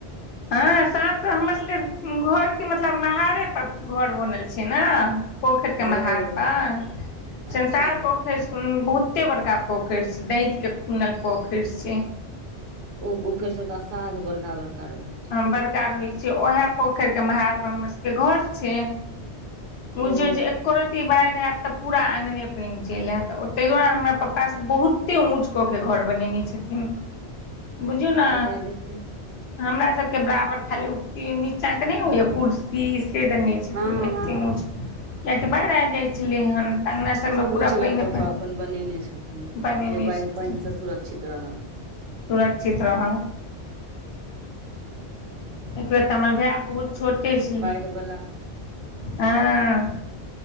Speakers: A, on the left; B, on the right.
A: हँ साप त हमर सबके घरके मतलब महारे पर घर बनल छै ने पोखर के
B: ओ
A: महार पर
B: अच्छा
A: संंसार पोखरि बहुते बड़का पोखरि छै दैत के खुनल पोखरि छै
B: ओ पोखरि सब तऽ असाध बड़का बड़का रहै छै
A: बड़का रहै छै उएहे पोखरि के महार पर हमर सबके घर छै बुझियो
B: ओ
A: जे एको रती बाढ़ि आयत तऽ पूरा अँ्गने पानि चलि आयत ताहि दुआरे हमरा पप्पा सब बहुत एते ऊँच कऽ के घर बनेने छथिन बुझियौ ने
B: सएहे देखी
A: हमरा सब के बराबर खाली उक्ति नीच्चा के नहि हो या कुर्सी से दने छथिन
B: हँ
A: एते
B: हँ
A: ऊँच कियकि बाढ़ि आब जाइ छलै हन तऽ अंगना सबमे
B: खूब
A: पूरा
B: ऊँचगर
A: पानि
B: कऽ केऽ अपन बनेने छथिन
A: बनेने
B: जे बाढ़ि
A: छथिन
B: पानि से सुरक्षित रहत
A: सुरक्षित रह एक बेर तऽ हमर भाय बहुत छोटे छै
B: बला
A: हँ